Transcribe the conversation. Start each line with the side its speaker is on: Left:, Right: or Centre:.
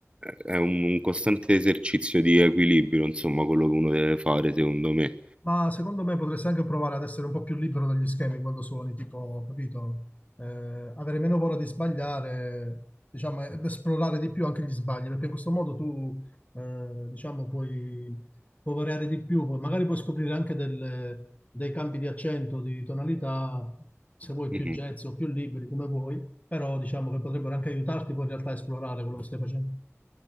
Right: è un un costante esercizio di equilibrio, insomma, quello che uno deve fare, secondo me.
Left: Ma secondo me potresti anche provare ad essere un po' più libero dagli schemi quando suoni, tipo, capito? Eh, avere meno paura di sbagliare, diciamo, ed esplorare di più anche gli sbagli, perché in questo modo tu, eh, diciamo, puoi, puoi variare di più, poi magari puoi scoprire anche delle- dei cambi di accento, di tonalità, se vuoi più
Right: Mhm,
Left: jazz o più liberi, come vuoi, però diciamo che potrebbero anche aiutarti poi in realtà a esplorare quello che stai facendo.